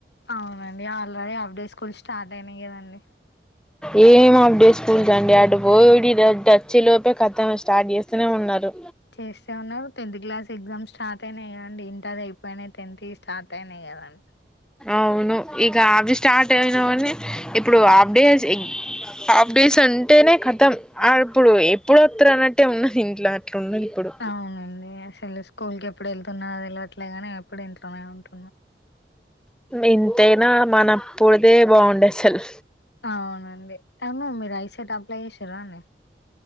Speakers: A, on the left (about 80°); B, in the centre.
A: అవునండి ఆల్రెడీ అఫ్డే స్కూల్ స్టార్ట్ అయినాయి కదండి
B: ఏం ఆఫ్డే స్కూల్స్ అండి అటు పోడిచ్చి అటొచ్చేలోపే కథ స్టార్ట్ చేస్తూనే ఉన్నారు
A: చేశాను టెన్త్ క్లాస్ ఎగ్జామ్స్ స్టార్ట్ అయినాయి కదండి ఇంటర్ అయిపోయినాయి టెన్త్వి స్టార్ట్ అయినాయి కదండి
B: అవును ఇక అవి స్టార్ట్ అయినవీ ఇప్పుడు హఫ్ డేస్ హాఫ్ డేస్ అంటేనే కథం ఇప్పుడు ఎప్పుడు వత్తారు అనట్టే ఉన్నది ఇంట్లో అట్లున్నది ఇప్పుడు
A: అవునండి అసలు స్కూల్ కి ఎప్పుడు వెళ్తున్నారో తెలవట్లేగానీ అప్పుడు ఇంట్లోనే ఉంటు
B: ఇంతైనా మనప్పుడుదే బాగుండే అసలు
A: అవునండి అవును మీరు ఐ సెట్ అప్లై చేసారా అండి